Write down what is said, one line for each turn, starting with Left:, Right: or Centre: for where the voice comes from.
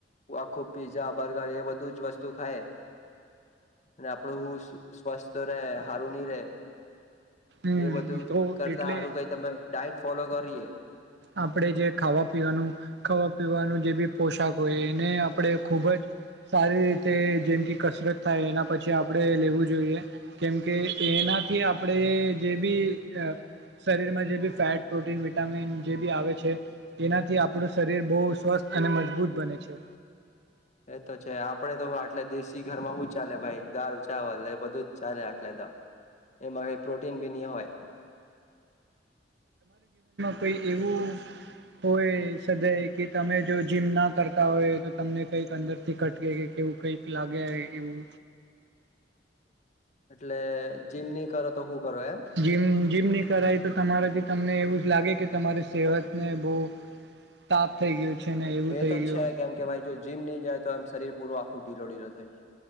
Left: આખું પીઝા બર્ગર એ બધું જ વસ્તુ ખાય અને આપડું હું સ્વાસ્થ ર હારુણી રે
Right: હમ
Left: એ બધું
Right: તો
Left: કરતા
Right: એટલે
Left: સારું કઈ તમે ડાયટ ફોલો કરો ફરીએ
Right: આપણેે જે ખાવા પીવાનું ખાવા પીવાનું જે બી પોશાક હોય એને આપણે ખૂબજ સારી રીતે જેમ કે કસરત થાય એના પછી આપણે લેવું જોઈએ કેમકે એનાથી આપણે જે બી અ શરીરમાં જે બી ફેટ પ્રોટીન વીટ ટામીન જે બી આવે છે. તેનાથી આપણું શરીર બહુ સ્વસ્થ અને મજબૂત બને છે.
Left: એ તો છે આપડે તો આટલે દેશી ઘરમાં શું ચાલે ભાઈ દાલ ચાવલ એ બધું ચાલે આટલે ત એમાંથી પ્રોટીન બી ની હોય
Right: કઈ એવું હોય સદાઈ કે તમે જો જીમ ના કરતા હોય તો તમને કઈક અંદરથી ખટકે કે કેવું કઈક લાગે એ એવું
Left: એટલે જીમ નહી કરો તો શું કરો એમ
Right: જીમ જીમ ની કરાય તો તમારેથી તમને એવું જ લાગે કે તમારી સેહતને બહુ તાપ થઈ ગયો છે. ને એવું
Left: એ
Right: થઈ
Left: તો
Right: ગયું
Left: છે કેમ કે ભાઈ જો જીમ ની જાય તો એમ શરીર પૂરું આખો ઢીલો ઢીલો થઈ જાય